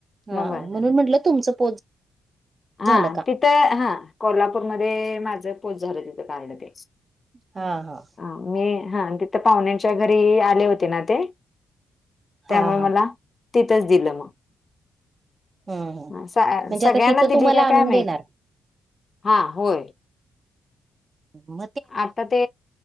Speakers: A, on the right; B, on the left.
A: हा
B: मग बरं
A: म्हणून
B: झालं
A: म्हंटलं तुमच पोच
B: हा
A: झालं का?
B: तिथं हा कोल्हापूरमध्ये माझं पोच झालं तिथं कार्ड ते.
A: हा हा
B: ह मी हा तिथ पाहुण्यांच्या घरी आले होते ना ते? त्यामुळे
A: हा हा
B: मला तिथंच दिलं मग.
A: हम्म हम्म,
B: हा, स-
A: म्हणजे
B: सगळ्यांना
A: आता तिथं
B: दिली
A: तुम्हाला
B: का
A: आणून
B: काय माहिती
A: देणार?
B: हा होय
A: म
B: आता ते,